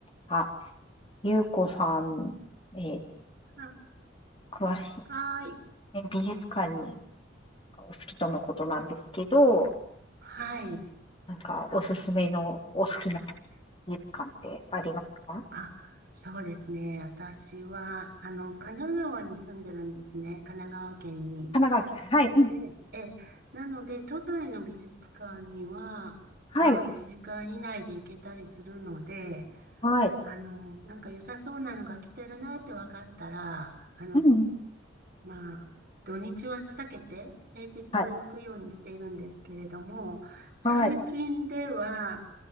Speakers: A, on the left; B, on the right.
A: あ、ゆうこさん、えー
B: あ、
A: 詳しい、
B: はい。
A: ね美術館にお好きとのことなんですけど、
B: はい。
A: なんかおすすめのお好きな美術館ってありますか
B: あ、そうですね。私は、あの、神奈川に住んでるんですね。神奈川県に。
A: 神奈川県ね。はい。
B: それで、
A: うん。
B: え、なので、都内の美術館には、
A: はい、
B: まあ、1時間以内で行けたりするので、
A: はい、
B: あの、なんか良さそうなのが来てるなって分かったら、あの、
A: うん。うん
B: まあ、土日は避けて平日行くようにしているんですけれども、
A: はい、
B: 最近では、
A: はい、